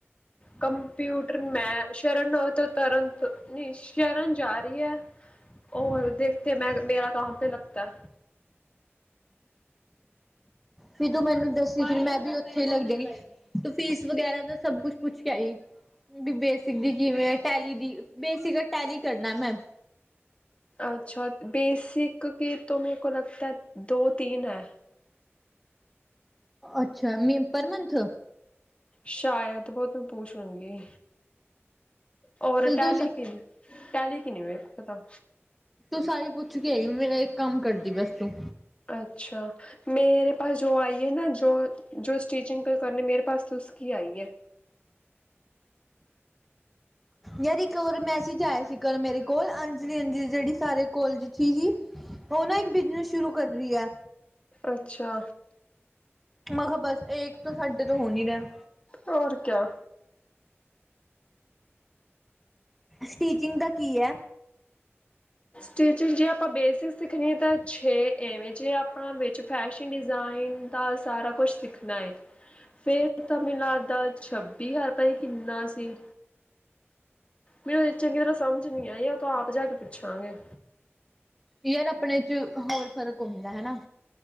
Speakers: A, on the left; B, in the centre.
A: ਕੰਪਿਊਟਰ ਮੈਂ ਸ਼ਰਨ ਓਰ ਤੋਂ ਤਰਨ ਨਈ ਸ਼ਰਨ ਜਾਰੀ ਐ। ਔਰ ਦੇਖਤੇ ਮੈਂ ਮੇਰਾ ਕਾਹਾ ਪੇ ਲਗਤੇ।
B: ਫੇਰ ਤੂੰ ਮੈਨੂੰ ਦੱਸੀ ਫਿਰ ਮੈਂ ਵੀ ਉੱਥੇ ਲੱਗ ਜਾਗੀ, ਤੂੰ ਫੀਸ ਵਗੈਰਾ ਦਾ ਸਭ ਕੁਛ ਪੁੱਛ ਕੇ ਆਈ, ਵੀ ਬੇਸਿਕ ਦੀ ਕਿਵੇਂ ਐ, ਟੈਲੀ ਦੀ ਬੇਸਿਕ ਆ ਟੈਲੀ ਕਰਨਾ ਮੈਂ।
A: ਅੱਛਾ, ਬੇਸਿਕ ਕੀ ਤੋਂ ਮੇਰੇ ਕੋ ਲਗਤਾ ਦੋ-ਤੀਨ ਐ।
B: ਅੱਛਾ ਮੀ ਪਰ ਮੰਥ।
A: ਸ਼ਾਇਦ, ਵੋ ਤੋ ਮੈਂ ਪੁਛਲੁਗੀ। ਓਰ ਟੈਲੀ
B: ਤੂੰ
A: ਕੀ, ਟੈਲੀ ਕੀ ਨੀ ਮੇਰੇ ਕੋ ਪਤਾ।
B: ਤੂੰ ਸਾਰੀ ਪੁੱਛ ਕੇ ਆਈ, ਮੇਰਾ ਇੱਕ ਕੰਮ ਕਰਦੀ ਬਸ ਤੂੰ।
A: ਅੱਛਾ। ਮੇਰੇ ਪਾਸ ਜੋ ਆਈ ਐ ਨਾ, ਜੋ ਸਟੀਿਚਿੰਗ ਕਰਨੀ ਮੇਰੇ ਪਾਸ ਉਸ ਕੀ ਆਈ ਐ।
B: ਯਾਰ ਇੱਕ ਓਰ ਮੈਸੇਜ ਆਏ ਸੀ ਕੱਲ ਮੇਰੇ ਕੋਲ ਅੰਜਲੀ-ਅੰਜਲੀ ਜੇੜੀ ਸਾਰੇ ਕੋਲਜ ਚ ਹੀ। ਓਹ ਨਾ ਇੱਕ ਬਿਜਨਸ ਸ਼ੁਰੂ ਕਰ ਰੀ ਐ।
A: ਅੱਛਾ।
B: ਮੈ ਕਿਹਾ ਬਸ ਏਕ ਤਾਂ ਸਾਡੇ ਤੋਂ ਹੋ ਨੀ ਰਿਆ।
A: ਔਰ ਕਿਆ।
B: ਸਟੀਚਿੰਗ ਦਾ ਕੀ ਐ?
A: ਸਟਿਚਿੰਗ ਜੇ ਆਪਾਂ ਬੇਸਿਕ ਸਿੱਖਣੀ ਹੈ ਤਾਂ ਛੇ ਐਵੇਂ ਜੇ ਆਪਣਾ ਵਿੱਚ ਫੈਸ਼ਨ ਡਿਜ਼ਾਇਨ ਦਾ ਸਾਰਾ ਕੁਛ ਸਿੱਖਣਾ ਐ। ਫੇਰ ਤਾਂ ਮੈਨੂੰੱ ਲੱਗਦਾ, ਛੱਬੀ ਹਜ਼ਾਰ ਰੁਪਏ ਪਤਾ ਨੀ ਕਿੰਨਾ ਸੀ? ਮੈਨੂੰ ਚੰਗੀ ਤਰ੍ਹਾਂ ਸਮਝ ਨੀ ਆਈ ਆ ਉਹ ਤਾਂ ਆਪ ਜਾ ਕੇ ਪੁੱਛਾਂਗੇ।
B: ਯਾਰ ਆਪਣੇ ਚ ਹੋਰ ਫ਼ਰਕ ਹੁੰਦਾ ਹੈਨਾ।